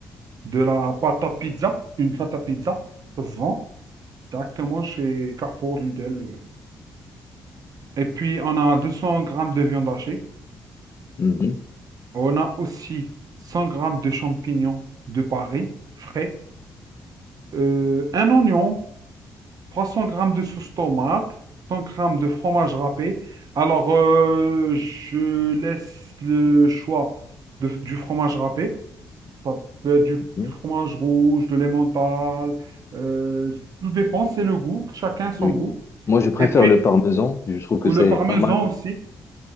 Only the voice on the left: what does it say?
Mhm.
Mhm.
Oui.
Moi, je préfère
le parmesan. Je trouve que
c'est
pas mal.